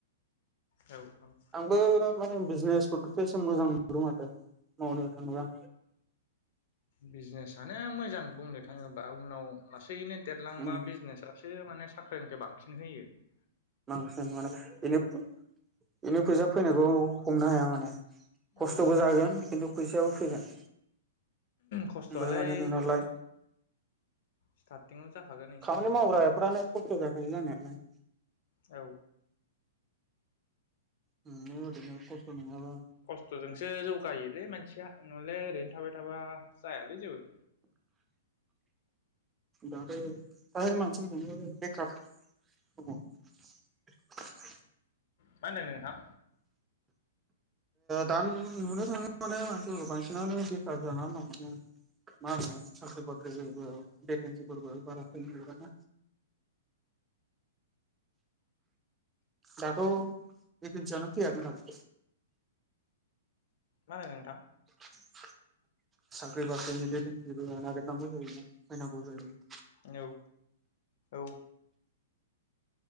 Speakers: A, on the left; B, on the right.
A: औ औ
B: आंबो माने बिजनेसफोरखौसो एसे मोजां नुदों माथो मावनो थाङोब्ला
A: बिजनेसानो मोजां बुंनो थाङोबा उनाव लासैनो देरलांबा
B: उम
A: बिजनेसासो माने साख्रिनिफ्राय बांसिन होयो ।
B: <unintelligible> बेनि बेनो फैसा फैनायखौ हमनो हाया । माने खस्थ'बो
A: औ
B: जागोन खिन्थु फैसायाबो फैगोन
A: खस्थ'आलाय
B: ओमफ्राय माने नोंनालाय
A: स्टार्टिंआव जाखागोन एसे
B: खामानि
A: एनैयानो
B: मावग्रा फ्रानो खस्थ' जाखायो जानायालाय ।
A: औ
B: <unintelligible> खसथ'नङाबा
A: खस्थ'जोंसो जौगायोलै मानसिया नहले ओरैनो थाबाय थाबा जायालै जेबो
B: दा बे फ्राय मानसियानो बेखार दङ ।
A: मा नोंथां
B: दा नुनो थाङो माने मानसिफोर बांसिनानो बेखार जानानै दं माने मा होनो साख्रि बाख्रिफोरबो भेकन्सिफोरबो बारा होनो नागिरा ना दाथ' भेकेनसियानो फैया ।
A: मा होनदों नोंथां?
B: <inaudible> साख्रि बाख्रिनि भेकेनसिफोर फैयोबा नागिरनांगौ जायो ना होनांगौ जायो ।
A: औ औ